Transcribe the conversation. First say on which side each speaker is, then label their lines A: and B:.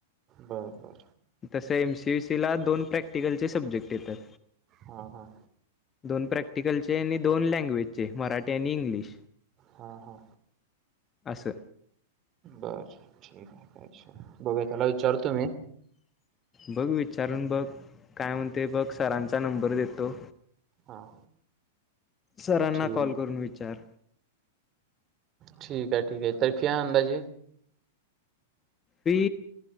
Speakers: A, on the right (about 30°); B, on the left (about 20°).
A: बरं बरं.
B: तस एम सी सी ला दोन प्रॅक्टि ते सब्जेक्ट येत्यात.
A: हां, हां,
B: दोन प्रॅक्टीकलचे ते आणि दोन लँग्वेज चे, मराठी आणि इंग्लिश
A: हा हा.
B: असं
A: बर ठीक हाय, काय विषय नाही. बघुया त्याला विचारतो मी.
B: बघ विचारून बघ काय म्हणतोय बघ सरांचा नंबर देतो.
A: हां
B: सरांना
A: ठीक
B: कॉल करून विचार.
A: ठीक आहे, ठीक आहे तरी फी अंदाजे.
B: फी,